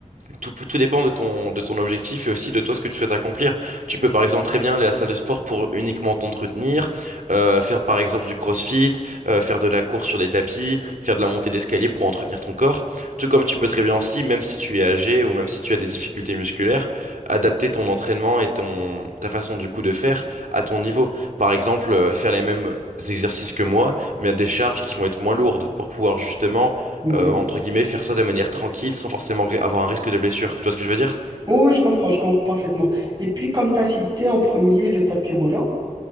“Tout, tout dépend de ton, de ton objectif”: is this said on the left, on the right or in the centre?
Right